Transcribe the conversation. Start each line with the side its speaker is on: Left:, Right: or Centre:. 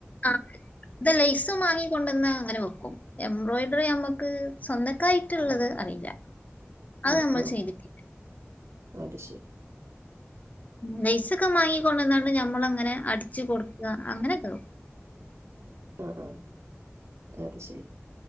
Left: ആ <inaudible> ത ലൈസും മാങ്ങിക്കൊട് ത്തെന്നാ അങ്ങനെ വെക്കും എംബ്രോയ്ഡറി നമ്മക്ക് സ്വന്തക്കായിട്ട്ള്ളത് അറീല്ല അത്
Right: ആഹ്
Left: നമ്മൾ
Right: ആഹ്
Left: ചെയ്തിട്ടില്ല
Right: അത് ശരി
Left: ലൈസൊക്കെ വാങ്ങിക്കൊണ്ടന്നാണ്ട് നമ്മള് അങ്ങനെ അടിച്ചു കൊട്ക്ക അങ്ങനെയൊക്കെ കൊ
Right: ആഹ് ആഹ് അത് ശരി